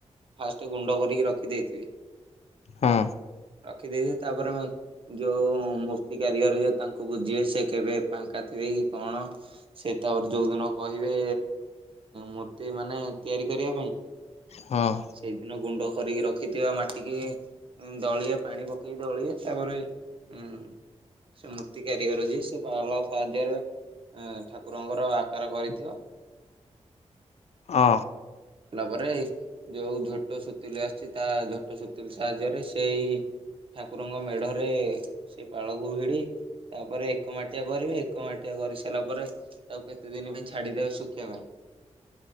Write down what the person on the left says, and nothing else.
ହଁ।
ହଁ
ହଁ।